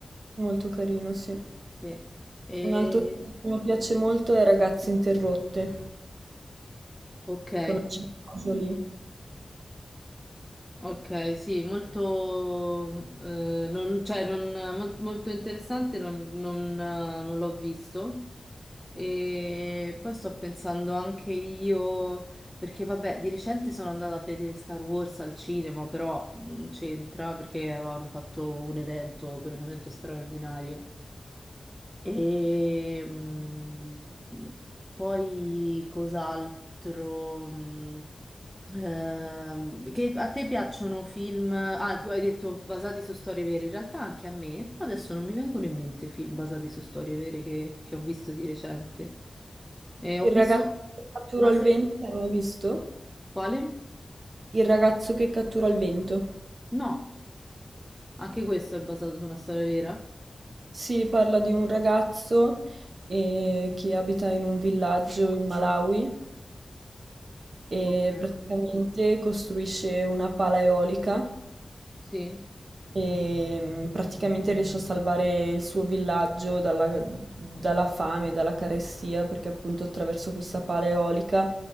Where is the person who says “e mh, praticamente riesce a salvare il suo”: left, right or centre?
Right